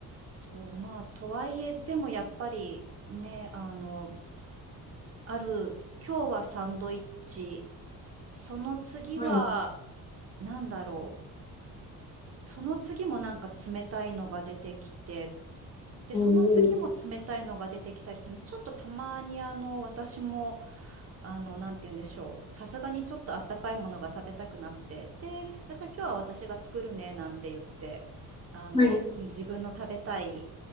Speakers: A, on the right; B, on the left.
A: そう、まあ、とはいえ、でもやっぱり、ね、あの、ある、今日はサンドイッチ、その次は、
B: はい。
A: なんだろう、その次もなんか冷たいのが出てきて、で、
B: お
A: その次も冷たいのが出てきたりする。
B: ー
A: ちょっとたまにあの、私も、あの、なんて言うんでしょう。さすがにちょっとあったかいものが食べたくなって、で、あ、じゃあ今日は私が作るね、なんて言って、あの、
B: はい。
A: うん自分の食べたい、